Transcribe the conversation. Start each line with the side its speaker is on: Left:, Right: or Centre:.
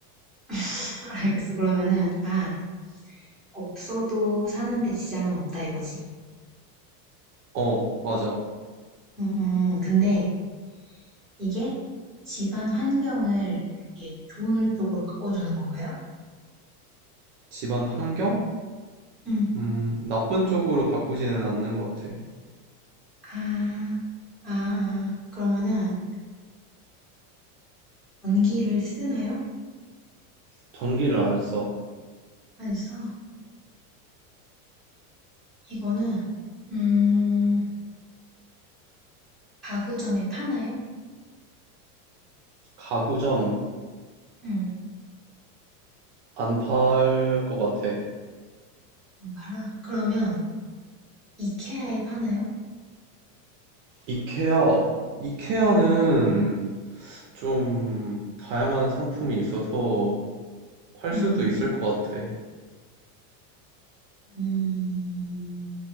Centre: <laughs> 알겠어. 그러면은, 아, 없어도 사는데 지장은 없다 이거지.
Right: 어, 맞아.
Centre: 응, 응. 근데 이게 집안 환경을 이렇게 좋은 쪽으로 바꿔주는 건가요?
Right: 집안 환경?
Centre: 응.
Right: 음, 나쁜 쪽으로 바꾸지는 않는 것 같아.
Centre: 아, 아, 아. 그러면은 전기를 쓰나요?
Right: 전기를 안 써.
Centre: 안 써. 이거는, 음, 가구점에 파나요?
Right: 가구점
Centre: 응,
Right: 안 팔 것 같아.
Centre: 안 팔아. 그러면 이케아에 파나요?
Right: 이케아. 이케아는 좀 다양한 상품이 있어서 할
Centre: 응.
Right: 수도 있을 것 같아.
Centre: 음,